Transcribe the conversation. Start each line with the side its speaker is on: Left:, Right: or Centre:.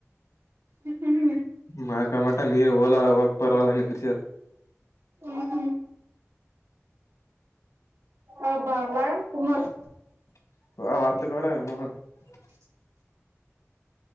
Right: ಹ್ಮ್ ಹ್ಮ್
Left: ಮಾಕಮಟ ನೀರು ಓಲ ಹೋಗಕ್ಕೆ ಪರ್ ನಿಂದ ಸಾರ್
Right: ಹ್ಮ ಹ್ಮ್ ಆ ಬಾರ್ಲ ಕುಮರ್
Left: <inaudible>
Right: <inaudible>